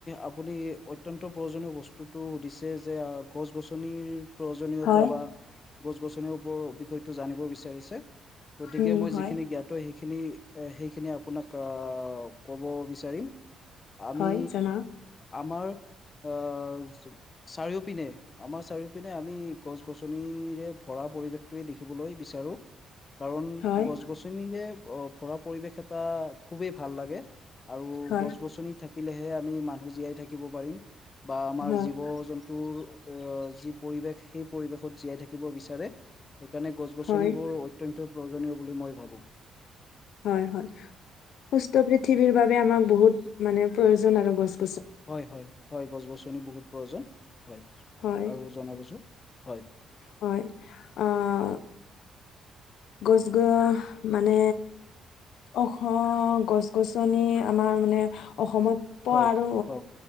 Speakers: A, on the left (about 30°); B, on the left (about 80°).
A: আপুনি অত্যন্ত প্ৰয়োজনীয় বস্তুটো সুধিছে যে, গছ-গছনিৰ প্ৰয়োজনীয়তা
B: হয়
A: বা গছ-গছনিৰ ওপৰৰ বিষয়টো জানিব বিচাৰিছে। গতিকে,
B: উম,
A: মই
B: হয়,
A: যিখিনি জ্ঞান ত' সেইখিনি, সেইখিনি আপোনাক আঁ ক'ব বিচাৰিম। ত' আমি,
B: হয়, জনাওক।
A: আমাৰ আঁ চাৰিওপিনে, আমাৰ চাৰিওপিনে, আমি গছ- গছনিৰে ভৰা পৰিৱেশটোৱে দেখিবলৈ বিচাৰোঁ। কাৰণ,
B: হয়,
A: গছ- গছনিৰে ভৰা পৰিবেশ এটা, খুবেই ভাল লাগে! আৰু
B: হয়,
A: গছ- গছনি থা থাকিলেহে, আমি মানুহ জীয়াই থাকিব পাৰিম। বা আমাৰ
B: হয়,
A: জীৱ-জ ন্তুৰ আঁ যি পৰিৱেশ, সেই পৰিৱেশত জীয়াই থাকিব বিছাৰে। সেইকাৰণে, গছ-গছনিবোৰ
B: হয়,
A: অত্যন্ত প্ৰয়োজনীয় বুলি, মই ভাবোঁ।
B: হয়, হয়। সুস্থ পৃথিৱীৰ বাবে, আমাক বহুত মানে, প্ৰয়োজন আৰু গছ।
A: হয়, হয়, হয়! গছ-গছনি বহুত প্ৰয়োজন। হয়!
B: হয়,
A: আৰু জনাবচোন? হয়!
B: হয়, আঁ গছ-গ মানে, অসম গছ-গছনি, আমাৰ মানে অসমত প
A: হয়
B: আৰু
A: হয়